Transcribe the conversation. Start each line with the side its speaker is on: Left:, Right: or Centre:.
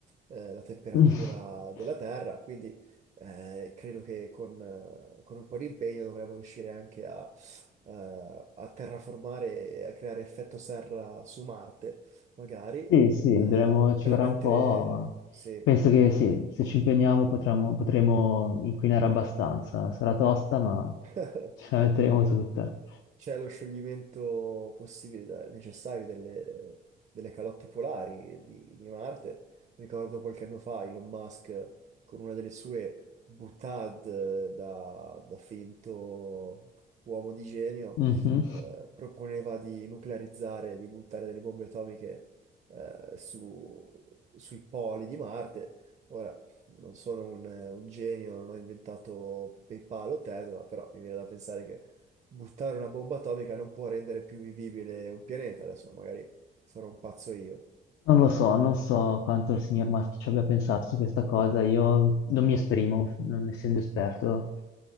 Right: eh, la temperatura
Left: <laughs>
Right: della Terra, quindi, eh, credo che con, eh, con un po' di impegno dovremmo riuscire anche a, eh, a terraformare e a creare effetto serra su Marte, magari,
Left: sì, sì,
Right: eh,
Left: dovremmo- ci
Right: per
Left: vorrà
Right: mettere,
Left: un po', ma
Right: se
Left: penso che sì, se ci impegniamo potremo, potremo inquinare abbastanza. Sarà tosta, ma
Right: <laughs>
Left: ce la metteremo tutta.
Right: C'è lo scioglimento possibile, da- necessario delle, delle calotte polari di, di Marte. Ricordo qualche anno fa Elon Musk con una delle sue boutade da, da finto uomo di genio
Left: Mhm.
Right: eh, proponeva di nuclearizzare, di buttare delle bombe atomiche eh, su- sui poli di Marte. Ora, non sono un, un genio, non ho inventato PayPal o Tesla, però mi viene da pensare che buttare una bomba atomica non può rendere più vivibile un pianeta. Adesso magari sarò un pazzo io.
Left: Non lo so, non so quanto il signor Musk ci abbia pensato su questa cosa, io non mi esprimo, non essendo esperto,